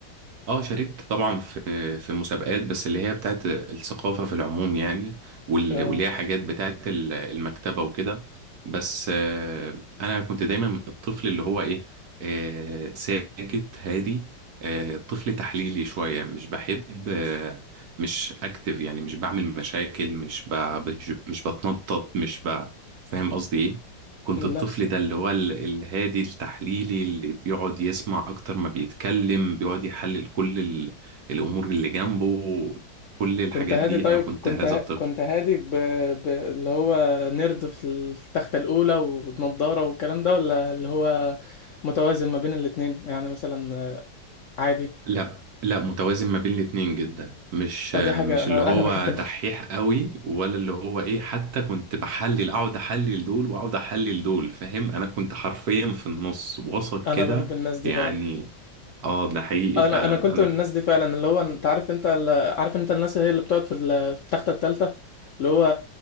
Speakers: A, on the right; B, on the left.
A: اه شاركت طبعا في في مسابقات بس اللي هي بتاعت الثقافة في العموم يعني وال-
B: اه
A: واللي هي حاجات بتاعت ال- المكتبة وكده بس آه، انا كنت دايما الطفل اللي هو ايه آه، ساكت هادي آه، طفل تحليلي شوية مش بحب آه، مش اكتف يعني مش بعمل مشاكل مش ب- مش مش بتنطط مش ب- فاهم قصدي إيه؟ كنت
B: نفسي
A: الطفل ده اللي هو ال- الهادي التحليلي اللي بيقعد يسمع أكتر ما بيتكلم بيقعد يحلل كل ال- الأمور اللي جنبه كل الحاجات
B: كنت هادي
A: دي
B: طيب
A: أنا كنت
B: كنت
A: هذا
B: ه...
A: الطفل
B: كنت هادي ب... ب... اللي هو نرد في التختة الأولى ونضارة والكلام ده ولا اللي هو متوازن ما بين الاتنين يعني مثلا عادي
A: لا لا متوازن ما بين الاتنين جدا مش
B: اه دي
A: مش
B: حاجة انا
A: اللي هو
B: انا بحب الن-
A: دحيح
B: <laughs>
A: قوي ولا اللي هو ايه حتى كنت بحلل اقعد احلل دول واقعد احلل دول فاهم انا كنت حرفيا في النص وسط كده
B: انا بحب الناس دي
A: يعني
B: فعلا
A: اه ده حقيقي
B: انا
A: فعلا
B: انا كنت
A: انا
B: من الناس دي فعلا اللي هو انت عارف انت ال- عارف انت الناس اللي هي اللي بتقعد في ال- في التختة التالتة اللي هو